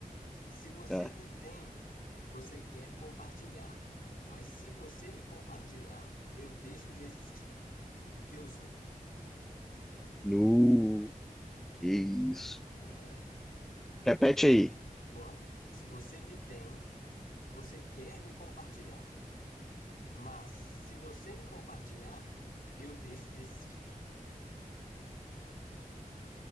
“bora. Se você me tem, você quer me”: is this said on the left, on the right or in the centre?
Left